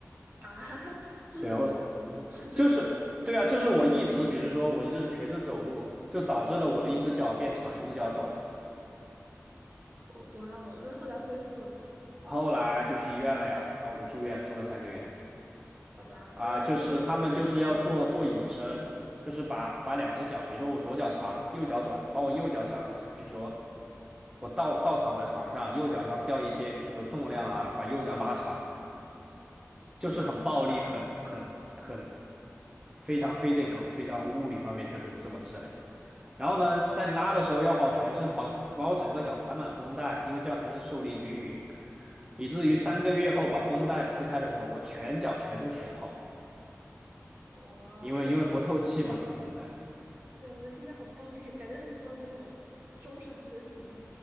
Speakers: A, on the right; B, on the right.
A: 啊，<laughs> 哈哈，日子不错的，
B: 对，我
A: 是真的就，
B: 就是对啊，就是我一直比如说我就是瘸着走路，就导致了我的一只脚变长，一只脚短。
A: 哦哇哦，那后来恢复了吗？
B: 后来就去医院了呀，然后我就住院，住了三个月。
A: 好吧，
B: 啊，
A: 那那确实也是纠错。
B: 就是他们就是要做做引申，就是把把两只脚，比如说我左脚长，右脚短，把我右脚上，比如说我倒倒躺在床上，右脚上吊一些，比如说重量啊，把右脚拉长，就是很暴力，
A: 哇
B: 很很很非常 physical，非常物理方面就是这么治疗。然后呢，
A: 哦
B: 在拉的时候要把我全身绑，把我整个脚缠满绷带，因为这样才能受力均匀，以至于三个月后把绷带撕开的时候，我全脚全是血泡。
A: 哇哦，
B: 因为因为不透气嘛，
A: 那
B: 那个绷带
A: 对我的天天好暴力，感觉很像那种中世纪的刑